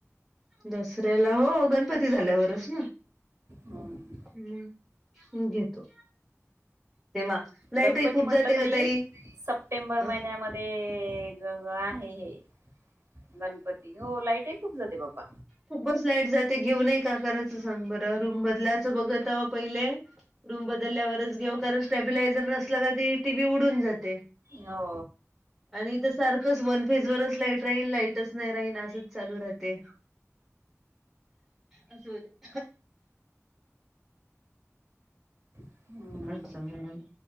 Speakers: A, in the centre; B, on the right.
A: दसऱ्याला हो गणपती झाल्यावरच ना.
B: हम्म
A: हम् घेतो. तेव्हा लाईटही
B: गणपती
A: खूप
B: म्हटलं
A: जाते
B: तरी,
A: ग ताई
B: सप्टेंबर
A: अ
B: महिन्याम ते गं आहे हे गणपती हो, लाईटही खूप जाते बाबा.
A: खूप बस लाईट जाते घेऊनही का करायचं सांग बरं, रूम बदलायचं बघताव पहिले. रूम बदलल्यावरच घेऊ कारण, स्टॅबिलायझर नसला का ती टी. व्ही उडून जाते.
B: हो.
A: आणि तर सारखंच वन फीज वरच लाईट राहील लाईट. तेच नाही राही ना असच चालू राहते, असं होत.
B: हम्म
A: अच्छा म्हणून